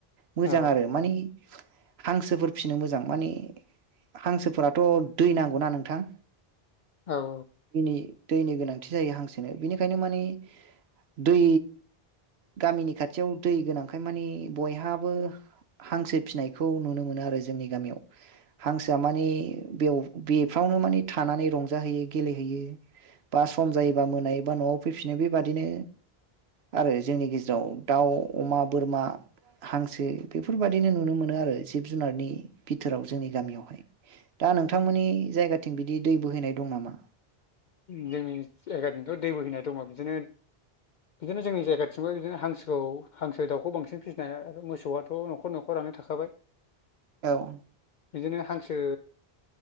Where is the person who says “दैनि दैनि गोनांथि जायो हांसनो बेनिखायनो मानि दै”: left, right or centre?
Right